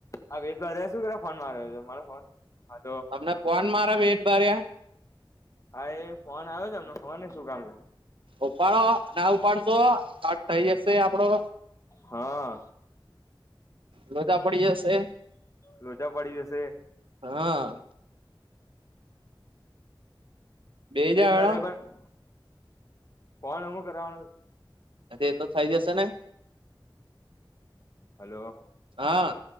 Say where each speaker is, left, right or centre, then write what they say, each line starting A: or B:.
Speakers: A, on the left; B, on the right.
A: આ વેદ બાર રહ્યા શું પેલો ફોન માર્યો છે, મારે ફોન હા તો
B: અમને ફોન મારા બેટ માર્યા
A: હા એ ફોન આવ્યો છે, એમને ખબરની શું કામ છે.
B: ઉપાડો ના ઉપાડશો કટ થઈ જશે આપડો
A: હા.
B: લોચા પડી જશે
A: લોચા પડી જશે
B: હા. બેહી જા
A: એજ
B: હેડો
A: બધા પણ ફોન અમુ કરાવાનો
B: એ તો થઈ જશે ને
A: હલો
B: હા